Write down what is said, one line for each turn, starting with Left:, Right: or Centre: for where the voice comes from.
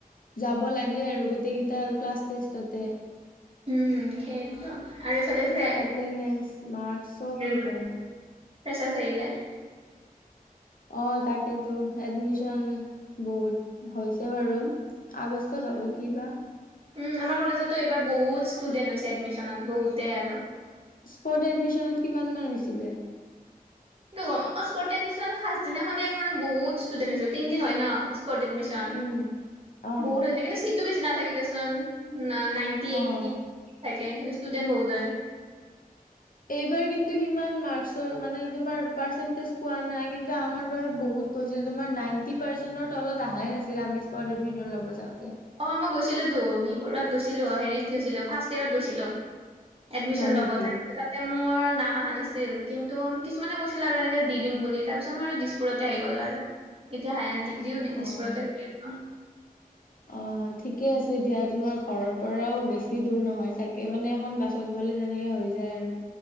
Left: যাব লাগে। আৰু গোটেই কেইটা ক্লাছ টেষ্টতে।
Right: উম, সেইদম আৰু এইফালে
Left: তোমাৰ
Right: ফ
Left: এটেনডেন্স মাৰ্কচ
Right: <unintelligible>
Left: চব সেই কৰে
Right: ফ্ৰেছাচ আহিলেই।
Left: অ' তাকেতো এডমিশন বহুত হৈছে বাৰু। আগষ্টত হ'ব কি বা
Right: উম আমাৰ কলেজতো এইবাৰ বহুত ষ্টুডেন্ট হৈছে এডমিচনত বহুতে আৰু।
Left: স্পট এডমিচনত কিমান মান হৈছিলে?
Right: টো স্পট অ' এডমিচনত ফাষ্ট দিনাখনে মোৰ বহুত ষ্টুডেন্ট আছিল তিন দিন হয় ন। এডমিচনত
Left: উম অ
Right: বহুত হৈছে কিন্তু চিটো বেছি নাথাকে দেচোন ন। নাইটি এইতি
Left: অ
Right: থাকে কিন্তু ষ্টুডেণ্ট বহুত হয়।
Left: এইবাৰ কিন্তু সিমান মাৰ্চৰ মানে তোমাৰ পাৰচেনতেজ পোৱা নাই কিন্তু আমাৰ বাৰু বহুত। গৈছিল তোমাৰ নাইটি পাৰ্চৰ তলত অহাই নাছিল আমি এডমিচনত লবা যাওঁতে।
Right: অ' মই গৈছিলোতো বি বৰুত গৈছিলো হেৰিত গৈছিলো ফাৰ্ষ্ট ইয়ৰত গৈছিলো। এডমিশন
Left: হয় নেকি?
Right: ল'ব তাৰপিছত তাতে মোৰ নাম অহা নাই আছিল কিন্তু কিছুমানে কৈছিল আৰু এনেকে দি দিম বুলি তাৰ পিছত মই আৰু দিছপুৰতে আহি গ'লো আৰু এতিয়া হায়াৰ ডিগ্ৰীও দিছপুৰতে
Left: অ',
Right: কৰি আছো
Left: অ ঠিকে আছে দিয়া তোমাৰ ঘৰৰ পৰাও বেছি দূৰ নহয় চাগে মানে এখন বাছত গ'লে তেনেকে হৈ যায় আৰু